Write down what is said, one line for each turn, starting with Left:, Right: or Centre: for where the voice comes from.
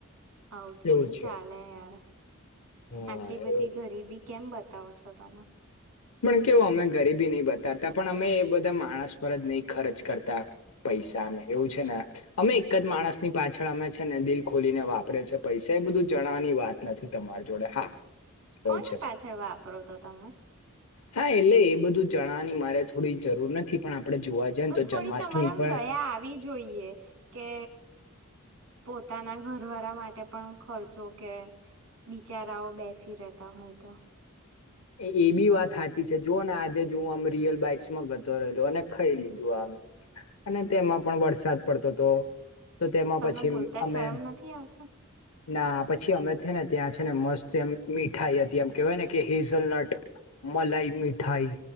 Right: આવું થોડી
Left: એવું છે.
Right: ચાલે યાર,
Left: હા
Right: આટલી
Left: એવું
Right: બધી ગરીબી કેમ બતાવો છો તમે?
Left: પણ કેવું અમે ગરીબી નહી બતાતા પણ અમે એ બધા માણસ પર જ નહી ખર્ચ કરતા. પૈસાને એવું છે ને અમે એક જ માણસ ની પાછળ અમે છે ને દિલ ખોલીને વાપરે છે પૈસા એ બધું જણાવાની વાત નથી તમારી. જોડે હા એવું
Right: કોની
Left: છે
Right: પાછળ વાપરો તો તમે?
Left: હા એટલે એ બધું જાણવાની મારે થોડી જરૂર નથી પણ આપણેે જોવા જઈએ ને તો
Right: થોડી
Left: જન્માષ્ટમી
Right: તમારામાં
Left: પણ
Right: દયા આવી જોઈએ કે પોતાના ઘરવાળા માટે માટે પણ ખર્ચો કે બિચારાઓ બેસી રહેતા હોય તો.
Left: એ બી વાત સાચી છે જોઓ ને આજે હું આમ રિયલ બાઈટ્સમાં ગતો રહેલો અને ખાઈ લીધું આમ. અને તેમાં પણ વરસાદ પડતો હતો. તો તેમાં
Right: તમને
Left: પછી
Right: બોલતા
Left: અમે
Right: શરમ નથી આવતો
Left: ના પછી અમે છે ને ત્યાં છે ને મસ્ત એમ મીઠાઈ હ તી એમ કેહેવાય ને કે હેઝલનટ મલાઈ મીઠાઈ.